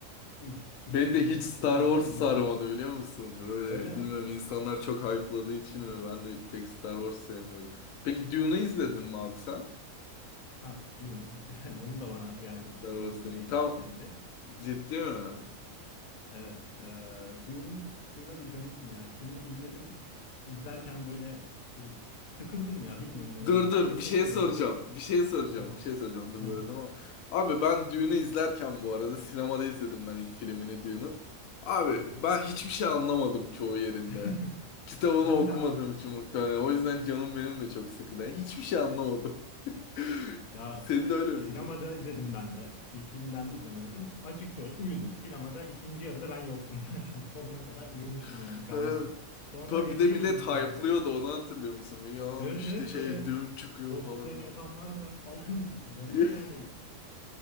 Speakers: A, on the left (about 45°); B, on the left (about 80°).
A: ilk üçlü,
B: Beni de hiç Star
A: üçlemeyi
B: Wars
A: zaten izle.
B: sarmadı biliyor musun? Böyle
A: Öyle
B: bilmiyorum
A: mi?
B: insanlar çok hype'ladığı için mi? Ben de pek Star Wars sevmiyorum. Peki Dune'u izledin mi abi sen?
A: Ha, Dune. <laughs> Onu da bana bir arkadaşın
B: Star
A: zorunla
B: Wars sevmiyorum.
A: izlettirdi.
B: Tam ciddi mi?
A: Evet, e, Dune, Dune'a bir garipim ya. Filmi izledim. İzlerken
B: Ha.
A: böyle e, sıkıldım ya. Bilmiyorum neden.
B: Dur
A: Herkes
B: dur bir şey
A: çok seviyor.
B: soracağım. Bir şey soracağım.
A: Ha,
B: Bir şey soracağım. Dur
A: ha,
B: böldüm ama. Abi ben Düğün'ü izlerken bu arada sinemada izledim ben ilk filmini Düğün'ün. Abi
A: aha.
B: ben hiçbir şey anlamadım çoğu yerinde.
A: <laughs>
B: Kitabını
A: Ben
B: okumadığım
A: de abi işte.
B: için muhtemelen. O yüzden canım benim de çok sıkıldı. Yani hiçbir şey anlamadım. <laughs>
A: Ya
B: Senin de öyle miydi?
A: sinemada izledim ben de. İlkinden
B: Hı hı.
A: de sinemada izledim. Açık söyle uyudum. Sinemada ikinci yarıda ben yoktum zaten. <laughs> Sonuna kadar uyumuşum
B: <laughs>
A: yani kalmışım.
B: Evet.
A: Sonra
B: Tabii
A: evde
B: bir de millet
A: izletti
B: hype'lıyordu
A: arkadaş.
B: onu hatırlıyor musun? Yalan
A: Evet
B: işte
A: evet
B: şey
A: böyle
B: düğün çıkıyor
A: cosplay
B: falan hani.
A: yapanlar var falan. <laughs> Garip
B: <laughs> Diye.
A: yani.